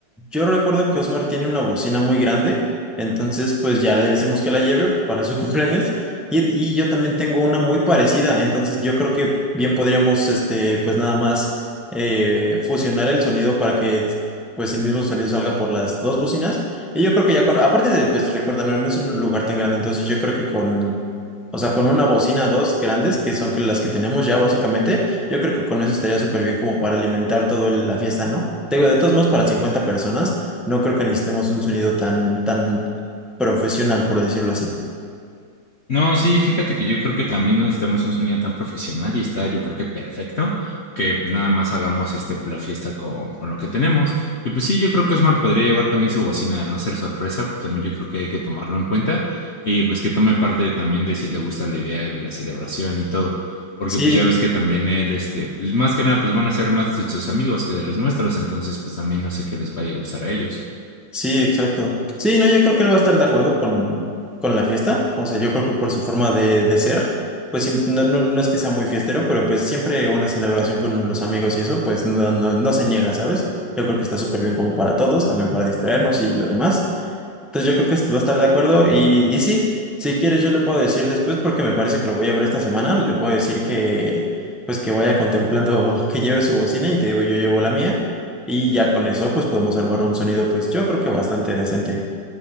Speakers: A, in the centre; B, on the left (about 50°).
A: yo recuerdo que Osmar tiene una bocina muy grande, entonces pues ya le decimos que la lleve para su <laughs> cumpleaños y, y yo también tengo una muy parecida, entonces yo creo que bien podríamos, este, pues nada más eh, fusionar el sonido para que pues el mismo sonido salga por las dos bocinas y yo creo que ya con, aparte de pues recuerda, no no es un lugar tan grande, entonces yo creo que con, o sea, con una bocina, dos grandes que son que las que tenemos ya básicamente. Yo creo que con eso estaría súper bien como para alimentar toda la fiesta, ¿no? Te digo, de todos modos, para 50 personas, no creo que necesitemos un sonido tan, tan profesional, por decirlo así.
B: No, sí, fíjate que yo creo que también no necesitamos un sonido tan profesional y está, yo creo que perfecto, que pues nada más hagamos este pues, la fiesta con, con lo que tenemos. Y pues sí, yo creo que Osmar podría llevar también su bocina, al no ser sorpresa, pues también yo creo que hay que tomarlo en cuenta y pues que tome parte también de si le gusta la idea de la celebración y todo, porque
A: Sí,
B: pues ya ves que también él, este, pues más que nada, pues van a ser más de sus amigos que de los nuestros, entonces pues también no sé qué les vaya a gustar a ellos.
A: sí, exacto. Sí, no, yo creo que él va a estar de acuerdo con, con la fiesta. O sea, yo creo que por su forma de, de ser, pues sim- no, no, no es que sea muy fiestero, pero pues siempre una celebración con los amigos y eso, pues no, no, no se niega, ¿sabes? Yo creo que está súper bien como para todos, también para distraernos y lo demás. Entonces yo creo que va a estar de acuerdo y, y sí, si quieres yo le puedo decir después porque me parece que lo voy a ver esta semana, le puedo decir que pues que vaya contemplando <laughs> que lleve su bocina y te digo yo llevo la mía y ya con eso pues podemos armar un sonido pues yo creo que bastante decente.